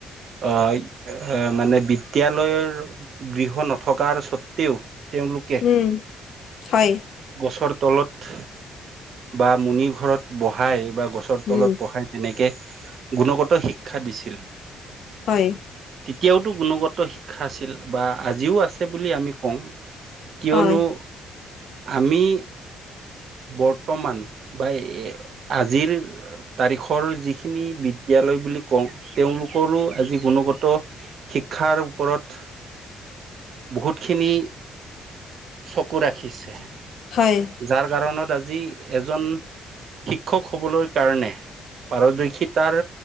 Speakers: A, on the right; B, on the left.
A: আ এ মানে বিদ্যালয়ৰ গৃহ নথকাৰ স্বত্বেও তেওঁলোকে
B: ওঁ, হয়।
A: গছৰ তলত বা মুনি ঘৰত বহাই বা গছ ছৰ
B: উম,
A: তলত পঢ়াই তেনেকে গুণগত শিক্ষা দিছিল।
B: হয়।
A: তিতিয়াওটো গুণগত শিক্ষা আছিল বা আজিও আছে বুলি আমি কম। কিয়নো
B: হয়,
A: আমি বৰ্তমান বা এ আজিৰ তাৰিখৰ যিখিনি বিদ্যালয় বুলি কওঁ, তেওঁলোকৰো আজি গুণগত শিক্ষাৰ ওপৰত বহুতখিনি চকু ৰাখিছে।
B: হয়।
A: যাৰ কাৰণত আজি এজন শিক্ষক হ'বলৈ কাৰণে পাৰদৰ্শিতাৰ